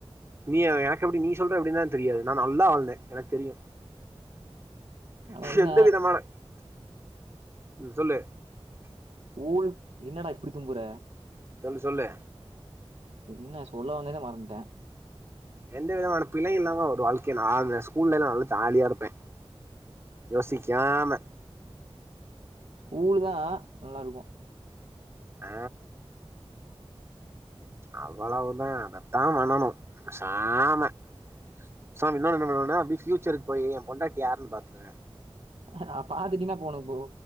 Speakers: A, on the right (about 25°); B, on the right (about 75°).
A: நீ எனக்கு எப்படி நீ சொல்ற எப்படினு தா தெரியாது நா நல்லா வாழ்ந்தே எனக்கு தெரியு
B: ஆனா என்ன
A: எந்த விதமான ம் சொல்லு
B: ஊல் என்னடா இப்பிடி தும்புற
A: சொல்லு சொல்லு
B: என்ன சொல்ல வந்ததே மறந்துட்டே
A: எந்த விதமான பிழை இல்லாம ஒரு வாழ்க்கைய நா வாழ்ந்துட்டே ஸ்கூல்ல எல்லா நல்லா ஜாலியா இருப்பே யோசிக்காம
B: ஸ்கூலு தா நல்லா இருக்கும்
A: அ அவ்வளவுதா அதத்தா பண்ணணும் பேசாம பேசாம இன்னொன்னு என்ன பண்ணுவன்னா அப்டியே ஃப்யூச்சருக்கு போயி என் பொண்டாட்டி யாருன்னு பாத்துருவ
B: அ அ பாத்துட்டியினா அப்ப உனக்கு போ